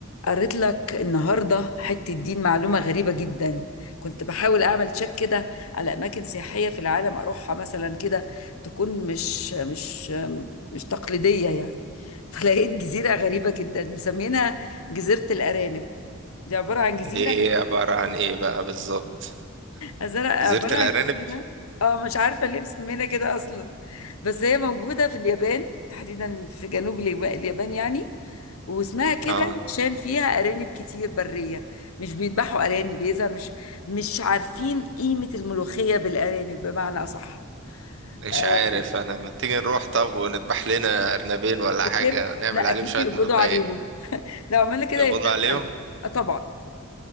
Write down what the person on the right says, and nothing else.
دي ايه عبارة عن ايه بقى بالظبط
جزيرة الأرانب
اه
مش
عارف انا ما تيجي نروح طب ونذبح لنا أرنبين ولا
حاجة ونعمل
عليهم شوية
ملوخية
بيقبضوا
عليهم